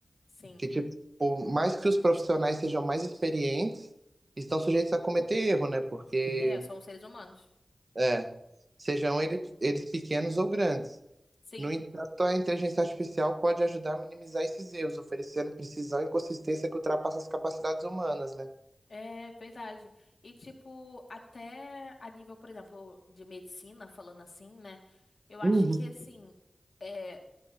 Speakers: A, on the left; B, on the right.
A: sim.
B: Que, tipo, por mais que os profissionais sejam mais experientes, estão sujeitos a cometer erro, né? Porque
A: É, são seres humanos.
B: É, sejam ele- eles pequenos ou grandes.
A: Sim,
B: No entanto, a inteligência artificial pode ajudar a minimizar esses erros, oferecendo precisão e consistência que ultrapassa as capacidades humanas, né?
A: é verdade. E tipo, até a nível, por exemplo, de medicina, falando assim, né? Eu acho
B: Uhum.
A: que assim, é,